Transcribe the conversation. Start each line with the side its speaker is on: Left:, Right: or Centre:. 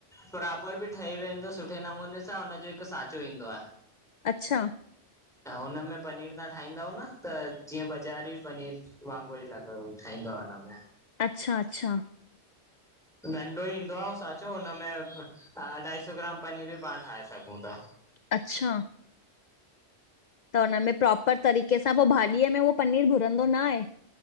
Centre: प्रॉपर बि ठही वेंदो सुठे नमूने सां हुन जो हिकु सांचो ईंदो आहे।
Left: अच्छा।
Centre: त हुनमें पनीर तहां ठाहींदव न त जीअं बाज़ार पनीर वांगुर ई लॻे ई ठईंदो आ उन में।
Left: अच्छा- अच्छा।
Centre: नंढो ई ईंदो आहे ऊ सांचो, हुनमें अढाई सौ ग्राम पनीर बि पाण ठाहे सघूं था।
Left: अच्छा। त हुनमें प्रोपर तरीक़े सां, पो भाॼीअ में उहो पनीर घुरंदो न आहे?